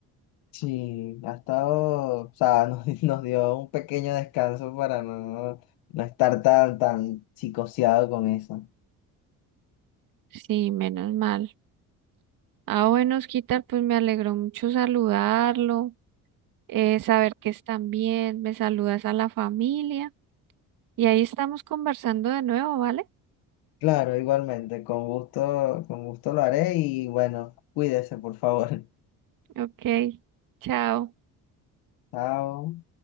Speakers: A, on the left; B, on the right.
A: Sí, ha estado, o sea, nos, <laughs> nos dio un pequeño descanso para no, no estar tan, tan psicoseado con eso.
B: Sí, menos mal. Ah, bueno, Osquitar, pues me alegró mucho saludarlo, eh, saber que están bien, me saludas a la familia y ahí estamos conversando de nuevo, ¿vale?
A: Claro, igualmente, con gusto, con gusto lo haré y bueno, cuídese, por favor.
B: Ok, chao.
A: <laughs> Chao.